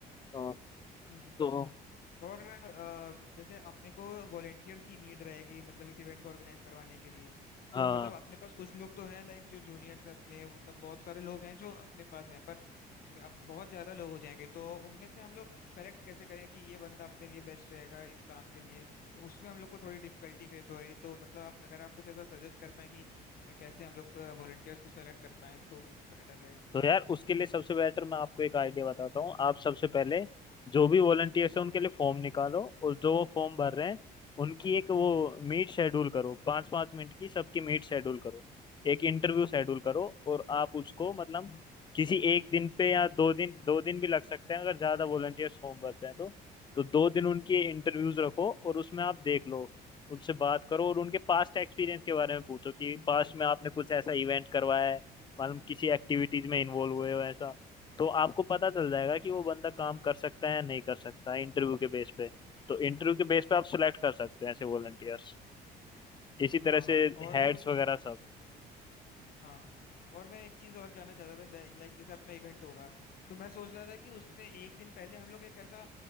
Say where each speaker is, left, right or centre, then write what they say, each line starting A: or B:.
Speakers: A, on the left (about 25°); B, on the left (about 60°).
A: तो,
B: हम्म हम्म।
A: तो
B: और अ, जैसे अपने को वॉलेंटियर्स की नीड रहेगी मतलब इस इवेंट को ऑर्गेनाइज करवाने के लिए
A: हाँ
B: तो मतलब अपने पास कुछ लोग तो हैं लाइक जो जूनियर्स हैं अपने वो सब बहुत सारे लोग हैं जो अपने पास हैं पर मे- अप- बहुत ज्यादा लोग हो जाएंगे तो उनमें से हम लोग सेलेक्ट कैसे करें कि ये बंदा अपने लिए बेस्ट रहेगा इस काम के लिए तो उसमें हम लोग को थोड़ी डिफिकल्टी फेस हो रही है तो मतलब आप अगर आप कुछ ऐसा सजेस्ट कर पाए कि कैसे हम लोग वॉलेंटियर्स को सेलेक्ट कर पाए तो बेटर रहेगा
A: तो यार उसके लिए सबसे बेटर मैं आपको एक आइडिया बताता हूँ आप सबसे पहले जो भी वॉलंटियर्स हैं उनके लिए फॉर्म निकालो और जो वो फॉर्म भर रहे हैं उनकी एक वो मीट शेड्यूल करो पाँच पाँच मिनट की सबकी मीट शेड्यूल करो एक इंटरव्यू शेड्यूल करो और आप उसको मतलब किसी एक दिन पे या दो दिन दो दिन भी लग सकते हैं अगर ज़्यादा वॉलंटियर्स फॉर्म भरते हैं तो तो दो दिन उनकी इंटरव्यूज रखो और उसमें आप देख लो उनसे बात करो और उनके पास्ट एक्सपीरियंस के बारे में पूछो कि पास्ट में आपने कुछ ऐसा इवेंट करवाया है मालूम किसी एक्टिविटीज में इन्वॉल्व हुए हो ऐसा तो आपको पता चल जाएगा कि वो बंदा काम कर सकता है या नहीं कर सकता है इंटरव्यू के बेस पे तो इंटरव्यू के बेस पे आप सिलेक्ट कर सकते हैं ऐसे वॉलंटियर्स इसी तरह
B: हाँ हाँ
A: से
B: और
A: हेड्स वगैरह सब
B: हाँ और मैं एक चीज और जानना चाहता था लाइक लाइक जैसे अपना इवेंट होगा तो मैं सोच रहा था कि उससे एक दिन पहले हम लोग एक ऐसा